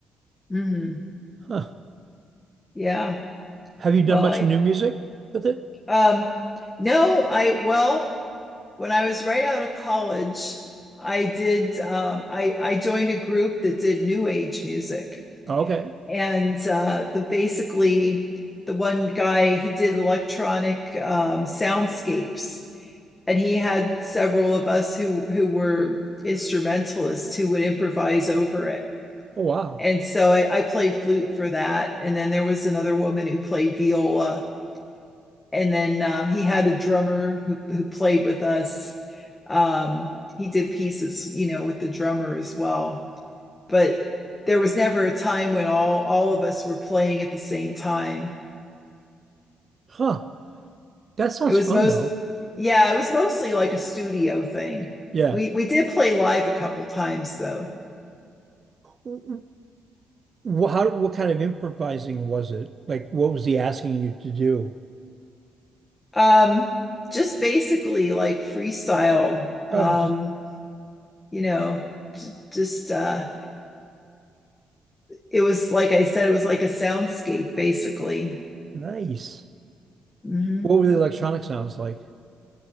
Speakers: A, on the left (about 20°); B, on the right (about 40°).
A: hmm
B: huh
A: Yeah.
B: have you done
A: Well,
B: much
A: I
B: new music with it
A: um no, I well, when I was right out of college, I did um I I joined a group that did new age music.
B: okay
A: And uh the basically the one guy he did electronic um soundscapes and he had several of us who who were instrumentalists who would improvise over it.
B: oh wow
A: And so I, I played flute for that. And then there was another woman who played viola. and then um, he had a drummer who, who played with us um, he did pieces you know with the drummer as well but there was never a time when all all of us were playing at the same time
B: Huh. That sounds
A: it was
B: fun
A: most
B: though.
A: yeah it was mostly like a studio thing
B: Yeah.
A: we we did play live a couple times though
B: W- w- How, what kind of improvising was it? Like, what was he asking you to do?
A: um just basically like freestyle um
B: Oh, I just,
A: you know j- just uh it was like i said it was like a soundscape basically
B: nice.
A: mm-hmm.
B: What were the electronic sounds like?